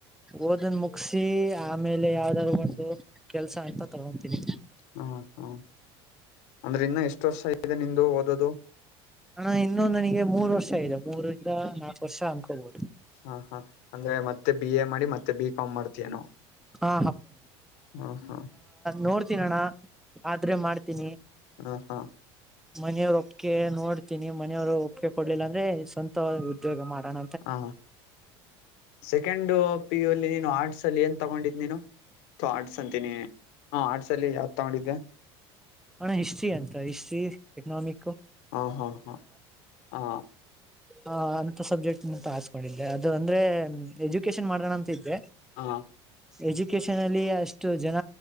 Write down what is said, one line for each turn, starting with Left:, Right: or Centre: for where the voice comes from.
Centre: ಓದನ್ ಮುಗಸಿ ಆಮೇಲೆ ಯಾವ್ದಾರು ಒಂದು ಕೆಲ್ಸ ಅಂತ ತೊಗೊಂತೀನಿ.
Left: ಹ್ಮ ಹ್ಮ್ ಅಂದ್ರೆ ಇನ್ನ ಎಷ್ಟ ವರ್ಷ ಇದೆ ನಿಂದು ಓದದು.
Centre: ಅಣ ಇನ್ನು ನನಿಗೆ ಮೂರ್ ವರ್ಷ ಇದೆ ಮೂರಿಂದ ನಾಲ್ಕು ವರ್ಷ ಅನ್ಕೋಬಹುದು.
Left: ಹಾ ಹಾ ಅಂದ್ರೆ ಮತ್ ಮತ್ತೆ ಬಿ ಎ ಮಾಡಿ ಮತ್ತೆ ಬಿ ಕಾಮ್ ಮಾಡ್ತಿ ಏನೋ
Centre: ಹಾ
Left: ಹ ಹ್ಮ.
Centre: ನೋಡ್ತೀನ ಅಣ್ಣ ಆದ್ರೆ ಮಾಡ್ತೀನಿ.
Left: ಹಾ ಹಾ
Centre: ಮನೆಯವರ ಒಪ್ಗೆ ನೋಡ್ತೀನಿ ಮನೆಯವ್ರು ಒಪ್ಪಗೆ ಕೊಡ್ಲಿಲ್ಲ ಅಂದ್ರೆ ಸ್ವಂತ ಉದ್ಯೋಗ ಮಾಡಣ
Left: ಹಾ ಸೆಕೆಂಡು ಪಿ ಯು ಅಲ್ಲಿ ನೀನು ಆರ್ಟ್ಸ್ ಅಲ್ಲಿ ಏನ್ ತಗೊಂಡಿದ ನೀನು. ಥೂ ಆರ್ಟ್ಸ್ ಅಂತೀನಿ ಹ ಆರ್ಟ್ಸ್ ಅಲ್ಲಿ ಯಾದ ತಗೊಂಡಿದ್ದೆ.
Centre: ಅಣ್ಣ ಹಿಸ್ಟ್ರಿ ಅಂತ ಹಿಸ್ಟ್ರಿ ಎಕನಾಮಿಕ್.
Left: ಹಾ ಹಾ ಹಾ ಹಾ
Centre: ಹ ಅಂತ ಸಬ್ಜೆಕ್ಟ್ ಅಂತ್ ಹಾಸ್ಕೊಂಡಿದೆ ಅದು ಅಂದ್ರೆ ಎಜುಕೇಶನ್ ಮಾಡಣ ಅಂತ ಇದ್ದೆ.
Left: ಹಾ
Centre: ಎಜುಕೇಶನ್ ಅಲ್ಲಿ ಅಷ್ಟು ಜನ